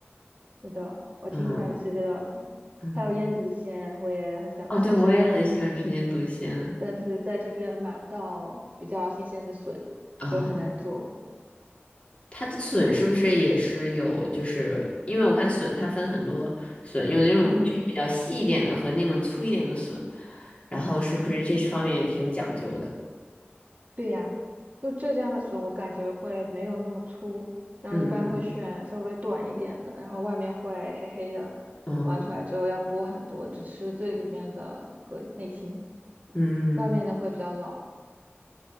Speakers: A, on the right; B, on the left.
A: 是的，我挺喜欢吃这道菜，
B: 嗯嗯，
A: 还有腌笃鲜，我也很想吃，
B: 哦，对，我也很喜欢吃腌笃鲜。
A: 但是但是在这边买不到比较新鲜的笋，
B: 哦，
A: 就很难做。
B: 它的笋是不是也是有？就是因为我看笋它分很多笋，有那种就是比较细一点的和那种粗一点的笋，
A: 嗯。
B: 然后是不是这方面也挺讲究的？
A: 对呀，就浙江的笋，我感觉会没有那么粗，然后一般会选稍微短一点的，
B: 嗯嗯
A: 然后外面会黑黑的，
B: 嗯嗯
A: 挖出来之后要剥很多，只吃最里面的和内心，
B: 嗯。
A: 外面的会比较老。